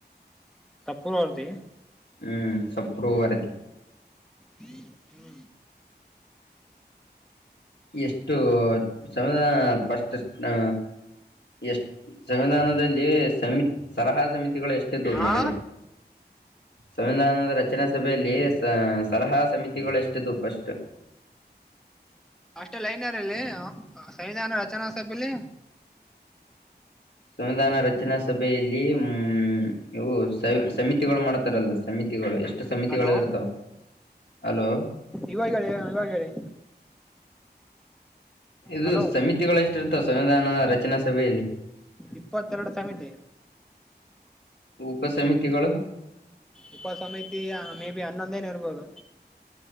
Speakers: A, in the centre; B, on the left.
A: ಸಪ್ಪೂರ್ವತಿ
B: ಹ್ಮ್ ಸಪ್ರೂ ವರದ
A: ಹ್ಮ ಹ್ಮ್
B: ಎಷ್ಟು ಸಮಧ ಪಫಸ್ಟ್ ಹ ಎಷ್ಟ ಸಂವಿಧಾನದಲ್ಲಿ ಸಮಿ ಸಲಹಾ ಸಮಿತಿ ಎಷ್ಟ ತ
A: ಹಾ
B: ಅದಲ್ಲ ಸಂವಿಧಾನದ ರಚನಾ ಸಭೆಯಲ್ಲಿ ಸಲಹಾ ಸಮಿತಿಗಳೆಷ್ಟ ತುಪ್ಪಷ್ಟು
A: ಅಷ್ಟೇ ಲೈನರ್ಲ್ಲಿ ಸಂವಿಧಾನ ರಚನಾ ಸಭಲಿ
B: ಸಂವಿಧಾನ ರಚನಾ ಸಭೆಯಲ್ಲಿ ಹ್ಮ ಇವು ಸಮಿತಿಗಳು ಮಾಡ್ತಾರಲ್ಲ ಸಮಿತಿಗಳು ಎಷ್ಟು ಸಮಿತಿಗಳು
A: ಹಲೋ
B: ಇರ್ತಾವ ಅಲೋ
A: ಇವಾಗ ಹೇಳಿ ಇವಾಗ ಹೇಳಿ
B: ಇದು
A: ಹಲೋ
B: ಸಮಿತಿಗಳು ಎಷ್ಟು ಇರ್ತಾವ ಸಂವಿಧಾನ ರಚನಾ ಸವಲೆ
A: ಇಪ್ಪತ್ತೆರಡು ಸಮಮಿತಿ
B: ಉಪಸಮಿತಿಗಳುಗಳು
A: ಉಪ ಸಮಿತಿ ಮೇ ಬಿ ಹನ್ನೊಂದೇನ ಇರ್ಬೋದು